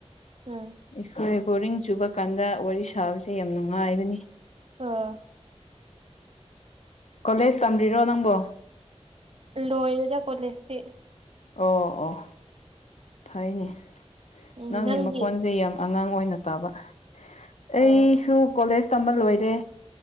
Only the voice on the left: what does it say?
ꯑꯩꯈꯣꯏ ꯕꯣꯔꯤꯡ ꯆꯨꯕ ꯀꯥꯟꯗ ꯋꯥꯔꯤ ꯁꯥꯕꯁꯦ ꯌꯥꯝ ꯅꯨꯡꯉꯥꯏꯕꯅꯤ
ꯀꯣꯂꯦꯖ ꯇꯝꯔꯤꯔꯣ ꯅꯪꯕꯣ
ꯑꯣ ꯑꯣ ꯐꯩꯅꯦ
ꯅꯪꯒꯤ
ꯃꯈꯣꯟꯁꯦ ꯌꯥꯝ ꯑꯉꯥꯡ ꯑꯣꯏꯅ ꯇꯥꯕ ꯑꯩꯁꯨ
ꯀꯣꯂꯦꯖ ꯇꯝꯕ ꯂꯣꯏꯔꯦ